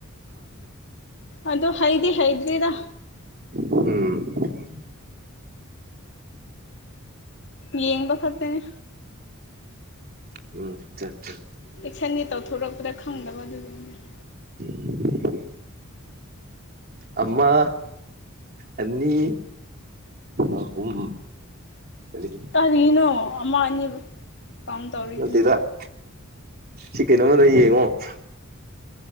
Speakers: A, on the left; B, on the right.
A: ꯑꯗꯨ ꯍꯩꯗꯤ ꯍꯩꯗꯔꯤꯗꯥ
B: ꯎꯝ
A: ꯌꯦꯡꯕꯥꯥ ꯈꯛꯇꯥꯅꯦ
B: ꯎꯝ ꯑꯆꯥꯆꯥ
A: ꯑꯦꯛꯁꯟꯗꯤ ꯇꯧꯊꯣꯔꯛꯄꯗ ꯈꯪꯗꯕ ꯑꯗꯨꯒꯤꯅꯤꯗꯥ
B: <unintelligible> ꯑꯃ ꯑꯅꯤ ꯑꯍꯨꯝ ꯀꯔꯤ
A: ꯀꯥꯔꯤꯅꯣ ꯑꯃ ꯑꯅꯤꯕꯨ ꯀꯥꯎꯟ ꯇꯧꯔꯤꯁꯤꯅ
B: ꯅꯠꯇꯦꯗ ꯁꯤ ꯀꯩꯅꯣꯝꯃꯗꯥ ꯌꯦꯡꯉꯣ